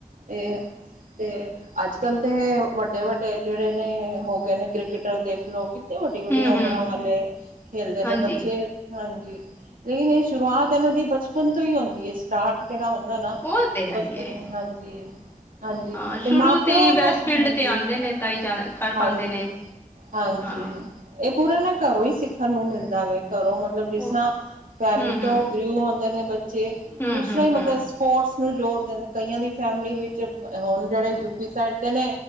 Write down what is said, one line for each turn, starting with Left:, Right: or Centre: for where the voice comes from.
Right: ਇਹ ਤੇ ਅੱਜ ਕੱਲ੍ਹ ਤਾਂ ਵੱਡੇ ਵੱਡੇ ਜਿਹੜੇ ਨੇ ਹੋ ਗਏ ਨੇ ਕ੍ਰਿਕਟਰ ਦੇਖ ਲਓ ਕਿ ਵੱਡੀ ਵੱਡੀਆਂ
Left: ਹੂੰ-ਹੂੰ
Right: ਉਮਰਾਂ ਵਾਲੇ ਖੇਲਦੇ ਨੇ
Left: ਹਾਂਜੀ
Right: ਬੱਚੇ ਹਾਂਜੀ ਲੇਕਿਨ ਇਹ ਸ਼ੁਰੂਆਤ ਇਹਨਾਂ ਦੀ ਬਚਪਨ ਤੋਂ ਈ ਆਉਂਦੀ ਏ। ਸਟਾਰਟ ਜਿਹੜਾ ਹੁੰਦਾ ਨਾ
Left: ਉਹ ਤੇ ਹੈ
Right: ਬਚਪਨ
Left: ਹੀ ਏ
Right: ਨੂੰ ਹਾਂਜੀ, ਹਾਂਜੀ।
Left: ਹਾਂ
Right: ਤੇ
Left: ਸ਼ੁਰੂ
Right: ਮਾਂ ਪਿਓ
Left: ਤੇ
Right: ਨੂੰ
Left: ਵੈਸਟ ਫੀਲਡ
Right: ਹਾਂਜੀ,
Left: ਤੇ ਆਂਦੇ ਨੇ ਤਾਂ ਹੀ ਜਾ ਕਰ
Right: ਹਾਂਜੀ,
Left: ਪਾਂਦੇ ਨੇ
Right: ਹਾਂਜੀ।
Left: ਹਾਂ
Right: ਇਹ ਪੂਰਾ ਨਾ ਘਰੋਂ ਈ ਸਿੱਖਣ ਨੂੰ ਮਿਲਦਾ ਵੇ ਘਰੋਂ ਮਤਲ ਮਤਲਬ ਜਿਸ
Left: ਹੋਰ
Right: ਤਰ੍ਹਾਂ ਫੈਮਿਲੀ
Left: ਹੂੰ-ਹੂੰ
Right: ਤੋਂ ਗਰੀਊ ਹੁੰਦੇ ਨੇ ਬੱਚੇ
Left: ਹੂੰ-ਹੂੰ-ਹੂੰ
Right: ਉਸ ਤਰ੍ਹਾਂ ਈ ਮਤਲਬ ਸਪੋਰਟਸ ਨੂੰ ਜੋੜਦੇ ਨੇ ਕਈਆਂ ਦੀ ਫੈਮਿਲੀ ਵਿੱਚ ਹੁਣ ਜਿਹੜੇ ਯੂਪੀ ਸਾਈਡ ਦੇ ਨੇ